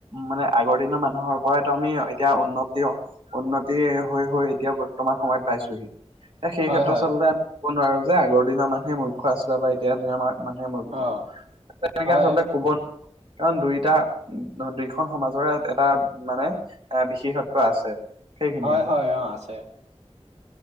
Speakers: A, on the right; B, on the right.
A: মানে আগৰ দিনৰ মানুহৰ পৰাইতো আমি এতিয়া উন্নতি উন্নতি হৈ হৈ এতিয়া বৰ্তমান সময়ত পাইছোহি। এ সেই
B: হয়
A: ক্ষেত্ৰত
B: হয়
A: আচলতে আমি কব নোৱাৰো যে, আগৰ দিনৰ মানুহে মূৰ্খ আছিলে বা এতিয়া দিনৰ আমাৰ মানুহে মূৰ্খ।
B: অ
A: তেনেকে
B: হয়
A: আচলতে কব কাৰণ দুইটা, দুইখন সমাজৰে এটা মানে এ বিশেষত্ব আছে। সেইখিনিয়ে
B: হয়,
A: আৰু।
B: হয়, অঁ আছে।